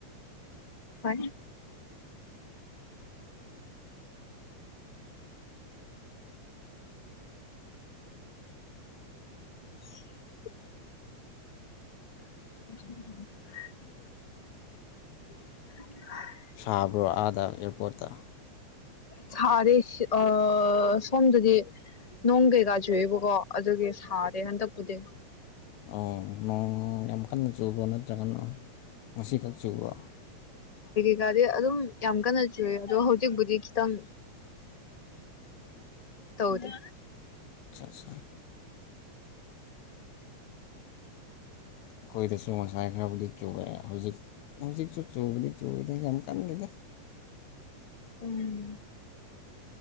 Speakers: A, on the left (about 20°); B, on the left (about 80°).
A: ꯍ ꯎ ꯑ
B: ꯁꯥꯕ꯭ꯔꯣ ꯑꯥꯗ ꯑꯦꯌꯥꯔꯄꯣꯔꯠꯇ
A: ꯁꯔꯦ ꯑ ꯁꯗꯔꯤ ꯅꯣꯡ ꯀꯩꯀꯥ ꯆꯨꯏꯕꯀꯣ ꯑꯗꯨꯒꯤ ꯁꯥꯔꯦ ꯍꯟꯗꯛꯄꯨꯗꯤ
B: ꯑꯣ ꯅꯣꯡ ꯌꯥꯝ ꯀꯟꯅ ꯆꯨꯕ꯭ꯔꯥ ꯅꯠꯇ꯭ꯔꯒꯅ ꯉꯁꯤꯈꯛ ꯆꯨꯕꯣ
A: ꯒꯥꯗꯤ ꯑꯗꯨꯝ ꯌꯥꯝ ꯀꯟꯅ ꯆꯨꯏ ꯑꯗꯣ ꯍꯧꯖꯤꯛꯄꯨꯗꯤ ꯈꯤꯇꯪ ꯇꯧꯗ
B: ꯑ ꯑꯠ ꯑꯩꯈꯣꯏꯗꯁꯨ ꯉꯁꯥꯏ ꯈꯔꯕꯨꯗꯤ ꯆꯣꯛꯑꯦ ꯍꯧꯖꯤꯛ ꯍꯧꯖꯤꯛꯁꯨ ꯆꯨꯕꯗꯤ ꯆꯨꯗ ꯌꯥꯝ ꯀꯟꯅꯗꯦꯗ
A: ꯎꯝꯦ